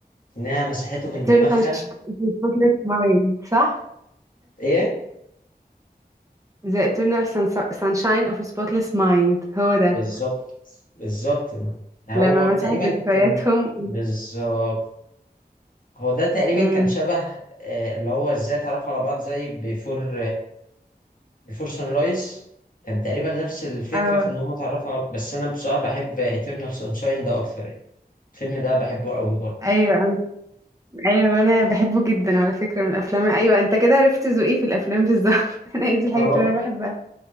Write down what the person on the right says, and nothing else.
Eternal
Sunshine of the Spotless Mind صح؟
The Eternal Sun- Sunshine of a Spotless Mind هو ده
لما مسحوا
ذكرياتهم
امم
اه
ايوه ايوه انا بحبه جدا على فكره من الافلام ايوه انت كده عرفت ذوقي في الافلام بالظبط <laughs> انا هي دي الحاجات
اللي انا بحبها